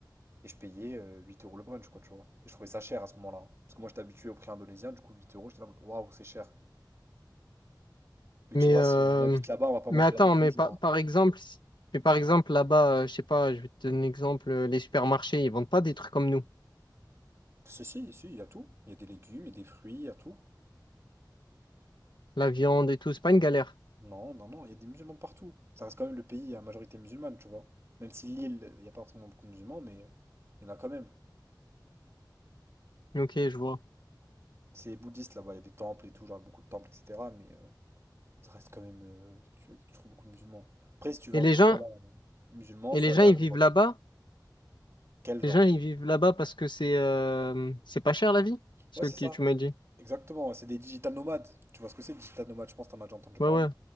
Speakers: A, on the right; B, on the left.
A: et je payais euh, 8 euros le brunch, quoi, tu vois. Et je trouvais ça cher à ce moment-là. hein. Parce que moi, j'étais habitué au prix indonésien, du coup, 8 euros, j'étais là, waouh, c'est cher. Mais
B: Mais,
A: tu vois,
B: euh,
A: si on habite là-bas, on va pas
B: mais
A: manger
B: attends,
A: là-bas tous
B: mais
A: les jours.
B: par par
A: hein.
B: exemple, si- mais par exemple, là-bas, euh, je sais pas, je vais te donner un exemple, euh, les supermarchés, ils vendent pas des trucs comme nous.
A: Si, si, si, il y a tout. Il y a des légumes, il y a des fruits, il y a tout.
B: La viande et tout, c'est pas une galère.
A: Non, non, non, il y a des musulmans partout. Ça reste quand même le pays à majorité musulmane, tu vois. Même si l'île, il n'y a pas forcément beaucoup de musulmans, mais euh, il y en a quand même.
B: Ok, je vois.
A: C'est bouddhiste là-bas, il y a des temples et tout, genre beaucoup de temples, etc. Mais euh, ça reste quand même. euh, tu, tu trouves beaucoup de musulmans. Après, si tu veux
B: Et
A: un
B: les
A: truc
B: gens,
A: voilà, euh, musulman,
B: et
A: faut
B: les
A: aller
B: gens, ils
A: à l'autre
B: vivent
A: bord.
B: là-bas?
A: Quel genre?
B: Les gens, ils vivent là-bas parce que c'est euh, c'est pas cher la vie, ce
A: Ouais, c'est
B: que
A: ça.
B: tu m'as dit.
A: Exactement, ouais, c'est des digital nomades. Tu vois ce que c'est, digital nomades? Je pense que t'en as déjà entendu
B: Ouais,
A: parler.
B: ouais.